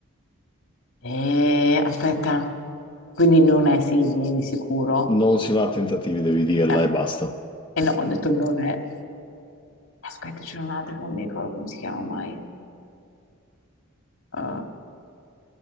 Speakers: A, on the left; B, on the left.
A: Eh, aspetta, quindi non è Sydney di sicuro?
B: Non si va a tentativi, devi dirla
A: Eh,
B: e basta.
A: eh no, ho detto non è. Aspetta, c'è un'altra che non mi ricordo come si chiama mai. Eh,